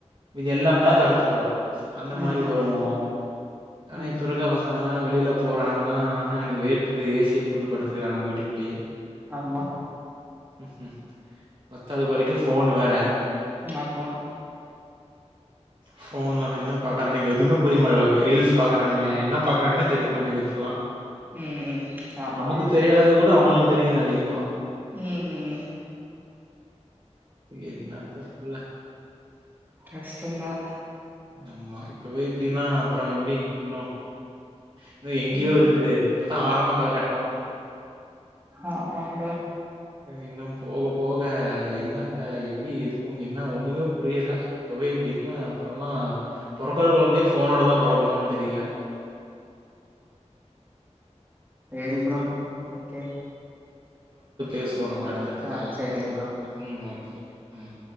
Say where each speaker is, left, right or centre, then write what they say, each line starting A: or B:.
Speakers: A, on the right; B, on the right.
A: மீதி எல்லா
B: ஆ
A: எடோ கருத்து போயிடு ம்ச் அந்த
B: ம்
A: மாரி வருவோ ஆனா
B: ம்
A: இப்ப இருக்க பசங்கலா வெளிலப் போறானுங்கன்னா அ ஆ எனக்கு வேர்க்குது ஏ சி யே போட்டு படுத்துக்கிறான வீட்டுக்குள்ளேயே
B: ஆமா
A: உம் உம் பத்தாத கொறைக்கு ஃபோனு வேற
B: ஆமா
A: ஃபோன்ல அவ என்ன பாக்குறானு எதுமே புரியமா ரீல்ஸ் பாக்கறானங்க என்ன பாக்கறானத் தெரிய மா கிளா
B: ம் ஆமா
A: நமக்கு தெரியாதது கூட அவனுளுக்கு தெரியுது அதிகமா
B: ம்
A: என்னாத்த சொல்ல
B: கஷ்டந்தா
A: ஆமா இப்பவே இப்டின்னா அப்பறோ எப்டி இன்னோ இன்னோ எங்யோ
B: ம்
A: இருக்குதே இப்பதா ஆரம்ப கலகட்டோ
B: ஆமாண்டா
A: இன்னும்போக போக எண்ணத்த எப்டி இருக்கோ என்ன ஒன்னுமே புரியல இப்பவே இப்டி என்ன அப்றமா பொறக்குற கொழந்தையே ஃபோனோடதா பொறக்குமோன்னு தெரியல
B: சேரி ப்ரோ
A: அந்த
B: ஓகே
A: பேசுவோ நம்ப அடுத்தடுத
B: ஆ
A: கால்ல
B: சேரிங்க
A: ஓகேங்களா
B: ப்ரோ
A: உம் ஓகே ஓகே உம்